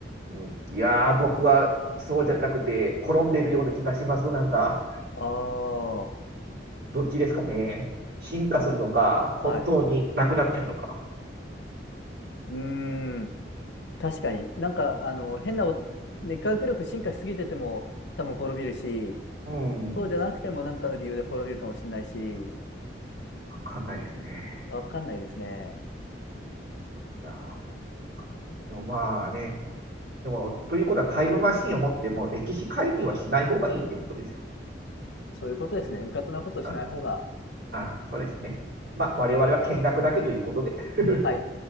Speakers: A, on the right (about 55°); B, on the left (about 80°).
A: うん。いやー、僕はそうじゃなくて、滅んでるような気がします。なんか、
B: ああ、は
A: どっちですかね。進化するのか、本当になくなってるのか。
B: い。うーん。確かに。なんか、あの、変なお、ね、科学力進化しすぎてても多分滅びるし、
A: うん、
B: そうじゃなくてもなんかの理由で滅びるかもしれないし、
A: うんわかんないですね。
B: わかんないですね。
A: いやー、なんかでもまあね、でも、ということはタイムマシンを持っても歴史介入はしない方がいいってことですよね。
B: そういうことですね。うかつなことをしない方が、
A: あ、あ、そうですね。まあ、我々は見学だけということで。<laughs>
B: はい。